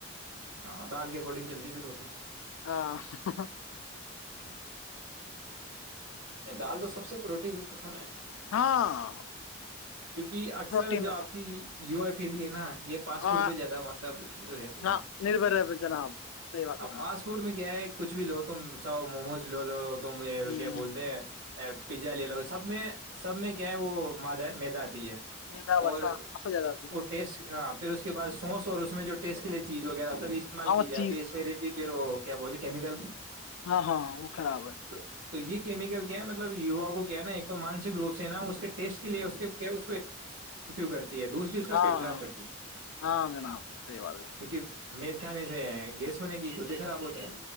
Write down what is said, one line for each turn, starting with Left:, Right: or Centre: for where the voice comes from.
Right: ہاں دال کے اکارڈنگ چلتی پھر ہوگی
Left: ہ <unintelligible>
Right: ہاں نہیں دال تو سب سے پروٹین کت کھانا ہے
Left: ہاں
Right: کیونکہ اکثر
Left: پروٹین
Right: جو
Left: وسا
Right: آپ کی یو ایئی پی ڈی ہے نا یہ فاسٹ
Left: ہاں
Right: فوڈ پہ زیادہ مطلب رہتی ہے
Left: ہاں نربھر ہے جناب صحیح بات ہے
Right: اب
Left: جناب
Right: فاسٹ فوڈ میں کیا ہے کچھ بھی لو تم ساو موموز لو لو تم
Left: ہ
Right: کیا بول پیزا لے لو سب میں سب میں کیا ہے وہ ما میداد ہے
Left: میدا وسا
Right: اور
Left: وسا زیادہ آتی ہے
Right: وہ ٹیسٹ ہاں پھر اس کے بع سوس اور میں جو ٹیسٹ کےے چیز وغیرہ سب استعمال
Left: ہاں وہ
Right: کی جاتی
Left: چیز
Right: ہے اس میں دیتی پھر کیا بولتے کیمیکل
Left: ہاں ہاں وہ خراب ہے
Right: تو تو یہ کیمکل کیا ہے مطلب یوا کو کیا ہےا تو مانسک روپ سے نا اس کے ٹیسٹ کے لیےو کرتے ہے دوسری اس کا
Left: ہاں
Right: پیٹ خراب کرتی ہے
Left: ہاں جناب صحیح بات
Right: کیونکہ می کھانے سے گیس بن گی گدے خراب ہوتے ہیں